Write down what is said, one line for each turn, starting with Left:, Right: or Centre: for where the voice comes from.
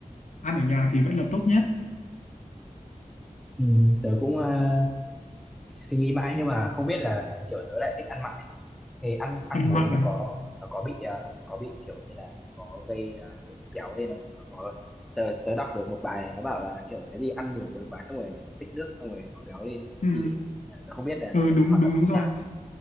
Left: ăn ở nhà thì vẫn là tốt nhất
Centre: Ừ, tớ cũng ờ, suy nghĩ mãi nhưng mà không biết là kiểu tớ lại thích ăn mặn thì ăn ăn
Left: ăn
Centre: muối
Left: mặn
Centre: nó
Left: à
Centre: có nó có bị ờ, có bị kiểu như là có gây ờ, mình béo lên không nó có tớ, tớ đọc được một bài này nó bảo là kiểu cái gì ăn nhiều muối quá xong rồi nó tích nước xong rồi nó béo lên
Left: ừ.
Centre: cái gì ấy. Ờ, tớ không biết là
Left: ừ.
Centre: nó
Left: ừ đúng
Centre: hoạt
Left: đúng
Centre: động
Left: đúng
Centre: như
Left: rồi
Centre: nào